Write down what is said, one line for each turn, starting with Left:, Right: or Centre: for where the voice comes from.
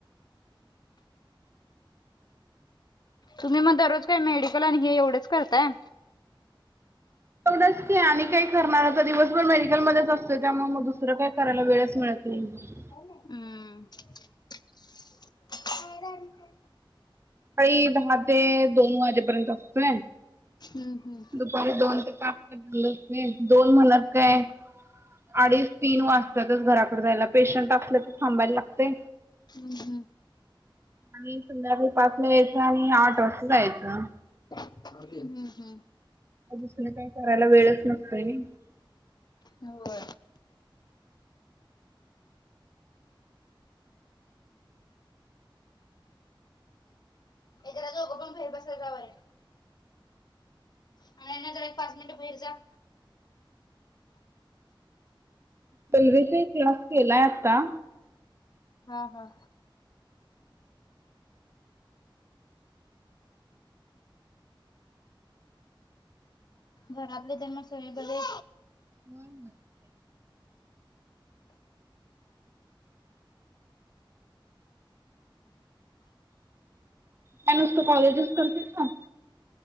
Left: तुम्ही मग दररोज काय मेडिकल आणि हे एवढेच करताय?
Right: एढच आणि काय करणार आता दिवसभर मेडिकलमध्येध्येच असते त्यामुळे म तुरा काय करायला वेळच मिळत नाही
Left: हम्म.
Right: काळी दहा ते दोन वाजेपर्यंत असतोय.
Left: हम्म हम्म
Right: दपारी दोन ते पाच बंद असते दोन म्हणत काय अडीच तीन वाजता तच घराकडे जायला पेशंट असले तर थांबायला लागते
Left: हम्
Right: आणि सुधर पासला यायचं आणि आठ वाजता जायचं.
Left: हम्म हम्म
Right: दिसून काही करायला वेळच नसतोय नी
Left: हो हे जरा दोघं पण बाहेर बसा जावा रे. अनन्या जरा पाच मिनिट भेर जा
Right: पल्वीचा क्लास केलाय आता
Left: हा हा घरातले त्यांना सोइबल ए
Right: हो मा काय नुसत सकाळी करतीस का